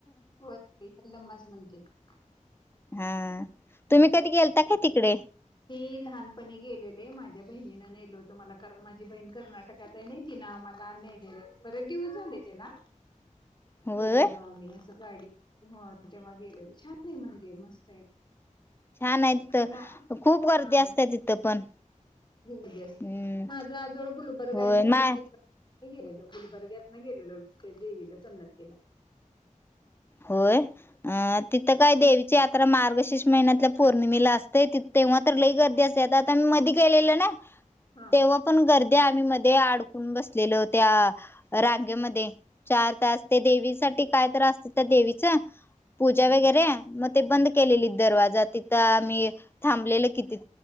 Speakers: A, on the left; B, on the left.
A: होय की याल्लमाच म्हणत्यात
B: हा तुम्ही कधी गेलता का तिकडे
A: मी लहानपणी गेलेले माझ्या बहिणीन नेल होतं मला कारण माझी बहीण कर्नाटकात आहे ना तिनं आम्हाला नेलेलं बरेच दिवस झाले त्याला
B: होय.
A: गेलेलो आम्ही असं गाडी होय तेव्हा गेलेले छान नाही म्हणे मस्त <unintelligible>
B: छान आहे
A: तिकडनं
B: तित खूप. गर्दी
A: हा
B: असते तिथं पण
A: होस
B: हम्म
A: माझ आजोळ गुलबर्ग
B: होय
A: आहे नाय म
B: मा
A: तित हे गेलेल गुलबर्ग्यात ना गेलेलो त्या देवीला सन्नततीला.
B: होय. अ तिथं काय देवी ची यात्रा मार्गशीर्ष महिन्यातल्या पौर्णिमेला असते त तेव्हा तर लही गर्दी असते आता तेन मधी गेलेलो ना
A: हा
B: तेव्हा पण गर्द तित आम्ही मध्ये अडकून बसलेलो त्या रांगेमध्ये चार तास ते देवी साठी कायतर आ त्या देवीच पूजा
A: हा
B: वगैरे मग... ते बंद केलेली दरवाजा तिथं मी थांबलेले किती